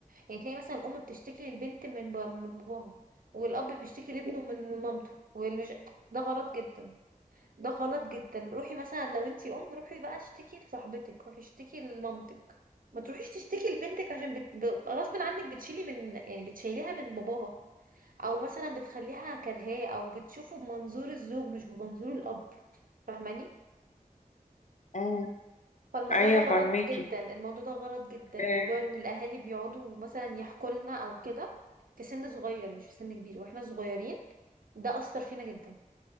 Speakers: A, on the right; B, on the left.
A: يعني تلاقي مثلا الام بتشتكي للبنت من با- من باباها والاب بيشتكي لابنه من مامته والمش <tsk> ده غلط جدا ده غلط جدا روحي مثلا لو انتي ام روحي بقى اشتكي لصاحبتك روحي اشتكي لمامتك ما تروحيش تشتكي لبنتك عشان بت... ب- غصب عنك بتشيلي من يعني بتشيليها من باباها او مثلا بتخليها كرهاه او بتشوفه بمنظور الزوج مش بمنظور الاب فاهماني
B: أمم،
A: فالموضوع
B: ايوه
A: ده غلط
B: فاهماكي
A: جدا الموضوع ده غلط جدا موضوع
B: آه
A: ان الاهالي بيقعدوا مثلا يحكوا لنا او كده في سن صغير مش في سن كبير واحنا صغيرين ده اثر فينا جدا